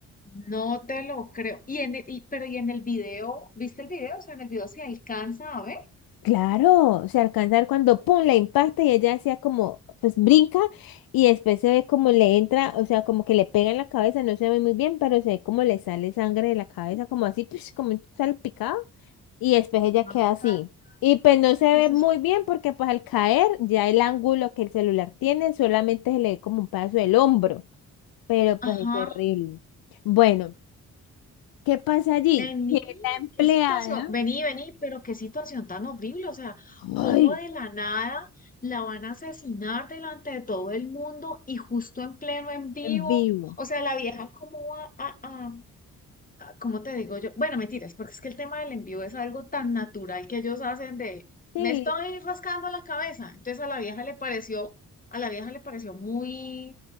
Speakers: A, on the left; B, on the left.
A: No te lo creo. Y en el, y- pero y en el video, ¿viste el video? O sea, en el video se alcanza a ver.
B: Claro, se alcanza a ver cuando pum, la impacta y ella hacía como, pues brinca y después se ve como le entra, o sea, como que le pega en la cabeza, no se ve muy bien, pero se ve como le sale sangre de la cabeza, como así, pues, como salpicado y después ella queda
A: Ay,
B: así.
A: caramba,
B: Y pues no se ve
A: que eso
B: muy
A: es-
B: bien porque pues al caer ya el ángulo que el celular tiene solamente se le ve como un pedazo del hombro, pero
A: Ajá.
B: pues es horrible. Bueno, ¿qué pasa allí?
A: Vení,
B: Que la empleada,
A: qué situación, vení, vení, pero qué situación tan horrible, o sea, cómo
B: ay,
A: de la nada la van a asesinar delante de todo el mundo y justo en pleno en vivo,
B: en vivo.
A: o sea, la vieja cómo va a, a, ah, ¿cómo te digo yo? Bueno, mentiras, porque es que el tema del envío es algo tan natural que ellos hacen de, me
B: Sí.
A: estoy rascando la cabeza. Entonces a la vieja le pareció, a la vieja le pareció muy,